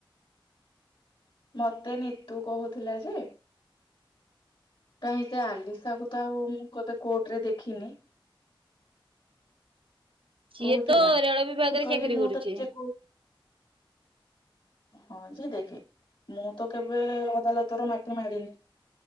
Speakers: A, on the left; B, on the right.
A: ମତେ ନିତୁ କହୁଥିଲା ଯେ କାଇଁ ସେ ଆଲିସାକୁ ତ ଆଉ ମୁ କେବେ କୋର୍ଟ ରେ ଦେଖିନି।
B: ସିଏ
A: କହୁଥିଲା
B: ତ ରେଳ ବିଭାଗରେ
A: ମୁଁ କହିଲି
B: ଚାକିରି
A: ମୁଁ
B: କରୁଛି।
A: ତ ନିଜେ କୋ- ହଁ ଯିଏ ଦେଖେ ମୁଁ ତ କେବେ ଅଦାଲତ ର ମାଟି ମାଡିନି।